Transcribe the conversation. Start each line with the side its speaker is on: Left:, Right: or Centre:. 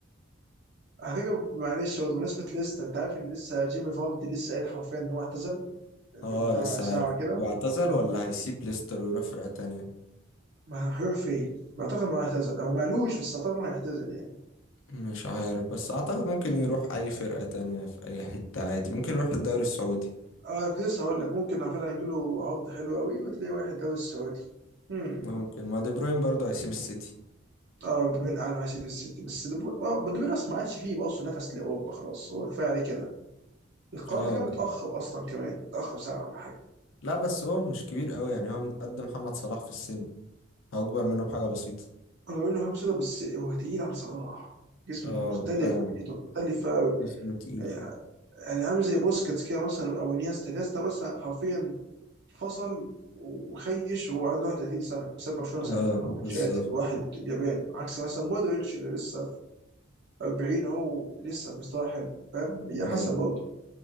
Right: على فكره معلش برضه بمناسبه ليستر انت عارف ان لسه جيمي فاردي لسه قايل حرفيا ان هو اعتزل من
Left: اه
Right: بتاع
Left: لسه
Right: ساعه
Left: عارف
Right: كده
Left: واعتزل
Right: مم.
Left: ولا هيسيب ليستر ويروح فرقه تانية
Right: ما هيروح فين؟ ما اعتقد انه هيعتزل او ما قالوش بس اعتقد انه هيعتزل يعني
Left: مش عارف بس اعتقد ممكن يروح اي فرقة تانية في اي حتة عادي ممكن يروح الدوري السعودي
Right: اه كنت لسه هقول لك ممكن على فكره هيجي له عرض حلو قوي وتلاقي واحد دوري السعودي مم.
Left: ممكن ما دي بروين برضه هيسيب السيتي
Right: اه بدوبين قعد مع سيتي السيتي بس دبو- آه، بدوبين اصلا ما عادش فيه بقى اصلا نفس لاوروبا خلاص هو كفايه عليه كده القرار
Left: اه
Right: ده كان متاخر اصلا كمان متاخر سنه ولا حاجه
Left: لا بس هو مش كبير قوي يعني هو قد محمد صلاح في السن هو اكبر منه بحاجة بسيطة
Right: هو انه حاجه بسيطه بس هو تقيل عن صلاح جسمه
Left: اه
Right: مختلف
Left: فعلا
Right: بيئته مختلفه
Left: جسمه تقيل
Right: آه، يعني عامل زي بوسكيتس كده مثلا او انيستا انيستا مثلا حرفيا فصل وخيش وهو عنده 31 سنه وساب برشلونه
Left: اه
Right: ساعتها هو كان
Left: بالظبط
Right: شاتم واحد اليابان عكس مثلا مودريتش اللي لسه 40 اهو لسه مستواه حلو فاهم هي حسب
Left: ايوه
Right: برضه